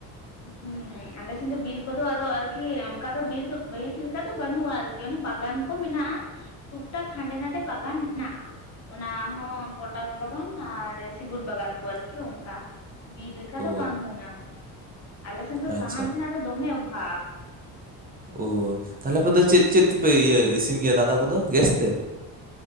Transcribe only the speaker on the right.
ᱳ
ᱟᱪᱪᱷᱟ
ᱳ ᱛᱟᱦᱞᱮ ᱟᱯᱮ ᱫᱚ ᱪᱤᱫ ᱪᱤᱫ ᱛᱮᱯᱮ ᱤᱭᱟᱹ ᱤᱥᱤᱱ ᱜᱮᱭᱟ ᱫᱟᱠᱟ ᱠᱚᱫᱚ ᱜᱮᱥ ᱛᱮ?